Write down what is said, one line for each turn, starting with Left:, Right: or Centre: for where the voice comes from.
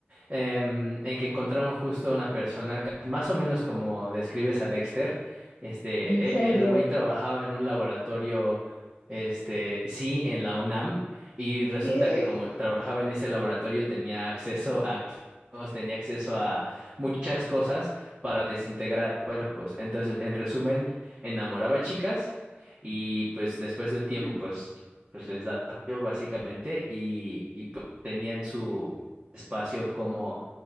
Right: em, en que encontraron justo una persona, ca- más o menos como describes a Dexter. Este,
Left: ¿En serio?
Right: e- el güey trabajaba en un laboratorio, este, sí, en la UNAM, y resulta
Left: ¿Qué?
Right: que como trabajaba en ese laboratorio tenía acceso a químicos, tenía acceso a muchas cosas para desintegrar cuerpos. Entonces, en resumen, enamoraba a chicas y pues después de un
Left: <laughs>
Right: tiempo, pues, pues les daba frío, básicamente y, y pues tenían su espacio, cómo